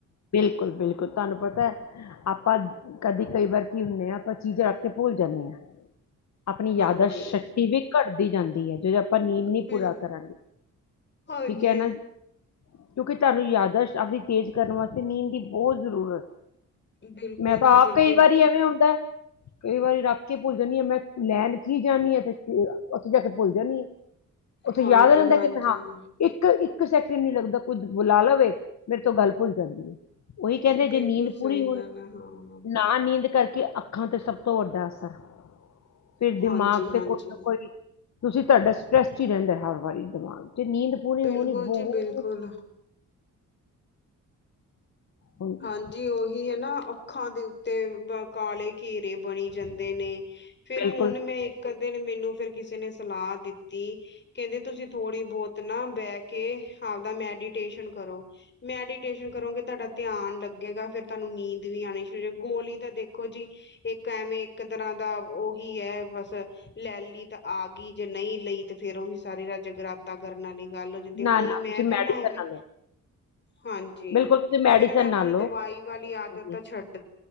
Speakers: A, on the left; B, on the left.
A: ਬਿਲਕੁਲ-ਬਿਲਕੁਲ ਤੁਹਾਨੂੰ ਪਤਾ ਹੈ ਆਪਾਂ ਕਦੇ ਕਈ ਵਾਰ ਕੀ ਹੁੰਦੇ ਆਾਂ ਆਪਾਂ ਚੀਜ਼ ਰੱਖ ਕੇ ਭੁੱਲ ਜਾਂਦੇ ਹਾਂ ਆਪਣੀ ਯਾਦਾ
B: ਹਾਂਜੀ।
A: ਸ਼ਕਤੀ ਵੀ ਘਟਦੀ ਜਾਂਦੀ ਹੈ ਜੇ ਆਪਾਂ ਨੀਂਦ ਵੀ
B: ਬਿਲ
A: ਪੂਰਾ ਕਰਾਂਗੇ
B: ਹਾਂਜੀ।
A: ਠੀਕ ਹੈ ਨਾ ਕਿਉਂਕਿ ਤੁਹਾਨੂੰ ਯਾਦ ਆਸ਼ ਆਪਦੀ ਤੇਜ਼ ਕਰਨ ਵਾਸਤੇ ਨੀਂਦ ਦੀ ਬਹੁਤ ਜ਼ਰੂਰਤ
B: ਬਿਲਕੁਲ
A: ਮੈਂ ਤਾਂ
B: ਜੀ ਬਿਲਕੁਲ
A: ਆਪ ਕਈ ਵਾਰੀ ਐਵੇਂ ਹੁੰਦਾ ਕਈ ਵਾਰੀ ਰੱਖ ਕੇ ਭੁੱਲ ਜਾਂਣੀ ਆ ਮੈਂ ਲੈਣ ਕੀ ਜਾਣੀ ਆ ਤੇ ਉੱਥੇ ਜਾ ਕੇ ਭੁੱਲ ਜਾਂਣੀ ਆ। ਉੱਥੇ
B: ਹਾਂਜੀ
A: ਯਾਦ ਆ ਰਹਿੰਦਾ
B: ਹਾਂਜੀ
A: ਕਿ ਮੈਂ ਹਾਂ ਇੱਕ ਇੱਕ ਸੈਕਿੰਡ ਨਹੀਂ ਲੱਗਦਾ ਕੁਝ ਬੁਲਾ ਲਵੇ ਮੇਰੇ ਤੋਂ ਗੱਲ ਭੁੱਲ ਜਾਂਦੀ ਹੈ। ਉਹੀ ਕਹਿੰਦੇ
B: ਬਿਲਕੁਲ
A: ਜੇ ਨੀਂਦ
B: ਸਹੀ
A: ਪੂਰੀ ਹੋ
B: ਗੱਲ ਹੈ ਹਾਂ।
A: ਨਾ ਨੀਂਦ ਕਰਕੇ, ਅੱਖਾਂ ਤੇ ਸਭ ਤੋਂ ਵੱਡਾ ਅਸਰ ਫਿਰ ਦਿਮਾਗ
B: ਹਾਂਜੀ ਹਾਂਜੀ
A: ਤੇ ਕੋਈ ਨਾ ਕੋਈ ਤੁਸੀਂ ਤੁਹਾਡਾ ਸਟਰ੍ਰੈਸ ਹੀ ਰਹਿੰਦਾ, ਹਰ ਵਾਰੀ ਦਿਮਾਗ ਤੇ ਨੀਂਦ ਪੂਰੀ
B: ਬਿਲਕੁਲ
A: ਹੋਣੀ ਬਹੁਤੂ
B: ਜੀ ਬਿਲਕੁਲ
A: ਹੁੰਦੀ
B: ਹਾਂਜੀ
A: ਹੈ।
B: ਉਹੀ ਹੈ ਨਾ ਅੱਖਾਂ ਦੇ ਤੇ ਕਾਲੇ ਘੇਰੇ ਬਣੀ ਜਾਂਦੇ ਨੇ ਫੇਿਰ
A: ਬਿਲਕੁਲ
B: ਹੁਣ ਮੈਂ ਕਦੇ ਮੈਨੂੰ ਫੇਿਰ ਕਿਸੇ ਨੇ ਸਲਾਹ ਦਿੱਤੀ ਕਹਿੰਦੇ ਤੁਸੀਂ ਥੋੜ੍ਹੀ ਬਹੁਤ ਨਾ ਬਹਿ ਕੇ ਆਪਦਾ ਮੈਡੀਟੇਸ਼ਨ ਕਰੋ। ਮੈਡੀਟੇਸ਼ਨ ਕਰੋਗੇ ਤੁਹਾਡਾ ਧਿਆਨ ਲੱਗੇਗਾ ਫੇਿਰ ਤੁਹਾਨੂੰ ਨੀਂਦ ਵੀ ਆਉਣੀ ਸ਼ੁਰੂ ਗੋਲੀ ਤਾਂ ਦੇਖੋ ਜੀ ਇੱਕ ਐਵੇਂ ਇੱਕ ਤਰ੍ਹਾਂ ਦਾ ਉਹੀ ਹੈ ਬਸ ਲੈ ਲਈ ਤਾਂ ਆ ਗਈ ਜੇ ਨਹੀਂ ਲਈ ਤੇ ਫੇਰ ਉਹੀ ਸਾਰੀ ਦਾ ਜਗਰਾਤਾ ਕਰਨ ਵਾਲੀ ਗੱਲ
A: ਨਾ
B: ਹੁਣ
A: ਨਾ
B: ਮੈਂ
A: ਤੁਸੀਂ
B: ਵੀ
A: ਮੈਡੀਸਨ
B: ਨਾ ਐਵੇਂ
A: ਲਓ
B: ਹਾਂਜੀ
A: ਬਿਲਕੁਲ ਤੁਸੀਂ ਮੈਡੀਸਨ
B: ਫਿਰ ਮੈਂ
A: ਨਾ
B: ਹੁਣ
A: ਲਓ
B: ਦਵਾਈ ਵਾਲੀ ਆਦਤ
A: ਹਾਂਜੀ,
B: ਤਾਂ ਛੱਡ ਤ